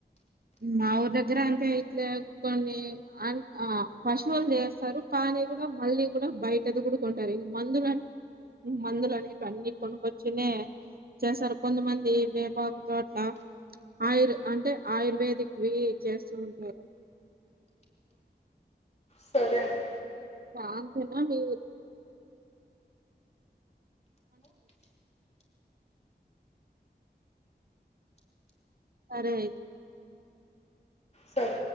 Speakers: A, on the right (about 55°); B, on the left (about 35°).
A: మాఊరు దగ్గర అంతే ఇట్లే కొన్ని అన్ ఆ పశువులు చేస్తారు కానీ కూడా మళ్ళీ కూడా బయటదిగుడా కుంటారు ఇ మందులు మందులు అనే అన్ని కొనుకొచ్చునే చేస్తారు కొంతమంది వేపాకుతో అట్లా ఆయుర్ అంటే ఆయుర్వేదిక్వి చేస్తు ఉంటారు
B: సరే అండి
A: అంతే మరి సరే అయితే
B: సర